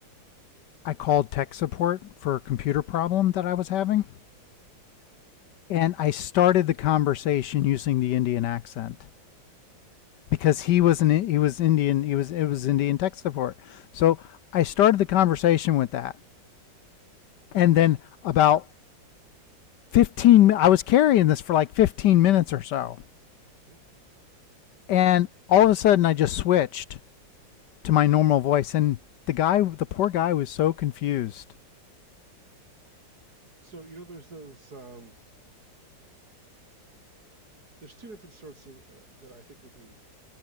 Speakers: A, on the left; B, on the right.
A: I called tech support for a computer problem that I was having, and I started the conversation using the Indian accent. because he was an he was Indian he was it was Indian tech support. So I started the conversation with that, and then about fifteen I was carrying this for like fifteen minutes or so,
B: Mm-hmm.
A: and all of a sudden I just switched to my normal voice, and the guy the poor guy was so confused.
B: So you know, there's those um, there's two different sorts of uh, that I think would be